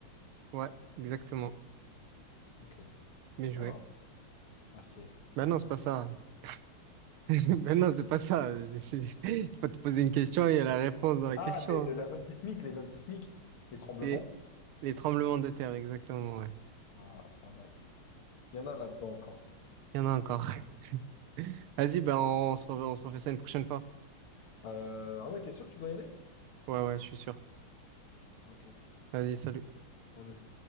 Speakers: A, on the right; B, on the left.
A: Ouais, exactement.
B: Ok.
A: Bien joué.
B: Ah, merci.
A: Bah
B: Merci.
A: non, c'est pas ça. <laughs> Mais non, c'est pas ça. Je- c'est- <laughs> Il faut te poser une question et il y a la réponse dans la
B: Ah,
A: question.
B: les- les-
A: hein.
B: la zone sismique, les zones sismiques, les tremblements.
A: Les, les tremblements de terre, exactement, ouais.
B: Ah, pas mal. Il y en a là-dedans encore.
A: Il y en a encore. <laughs> Vas-y, ben on se re- on se refait ça une prochaine fois.
B: Euh, ah ouais, t'es sûr que tu dois y aller?
A: Ouais, ouais, je suis sûr.
B: Ok.
A: Vas-y, salut.
B: Salut.